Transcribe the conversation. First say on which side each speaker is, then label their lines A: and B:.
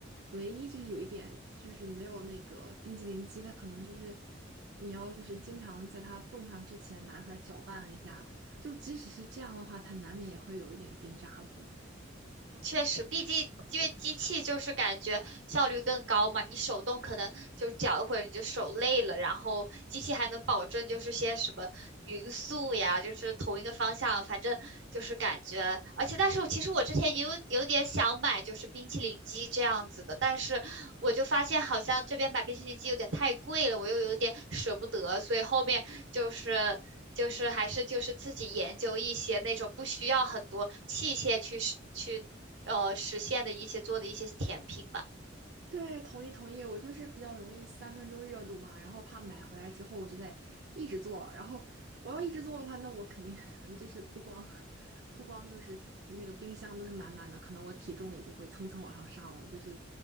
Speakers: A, on the right (about 60°); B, on the right (about 75°).
A: 唯一就是有一点就是没有那个冰激凌机，它可能就是你要就是经常在它冻上之前拿出来搅拌一下。就即使是这样的话，它难免也会有一点冰渣子。
B: 嗯确实，毕竟因为机器就是感觉效率更高嘛，你手动可能就搅一会儿你就手累了，然后机器还能保证就是些什么匀速呀，就是同一个方向，反正就是感觉，而且但是我其实我之前也有有点想买就是冰淇淋机这样子的，但是我就发现好像这边买冰淇淋机有点太贵了，我又有点舍不得，所以后面就是。就是还是就是自己研究一些那种不需要很多器械去实去呃实现的一些做的一些甜品吧。
A: 对，同意同意，我就是比较容易三分钟热度嘛，然后怕买回来之后我就得一直做，然后我要一直做的话，那我肯定 <laughs> 就是不光不光就是那个冰箱都是满满的，可能我体重也就会蹭蹭往上上了，就是